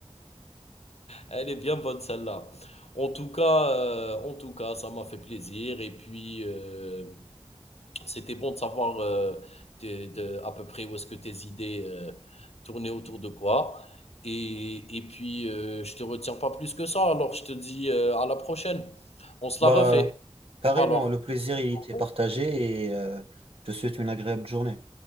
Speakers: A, on the left (about 75°); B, on the right (about 60°).
A: Elle est bien bonne, celle-là. En tout cas, euh, en tout cas, ça m'a fait plaisir. Et puis, euh, C'était bon de savoir euh, tes- de- à peu près où est-ce que tes idées euh, tournaient autour de quoi. Et, et puis, euh, je te retiens pas plus que ça. Alors, je te dis euh, à la prochaine. On se
B: Bah,
A: la refait.
B: carrément,
A: Alors,
B: le plaisir, il
A: Ok.
B: était partagé et euh, je te souhaite une agréable journée.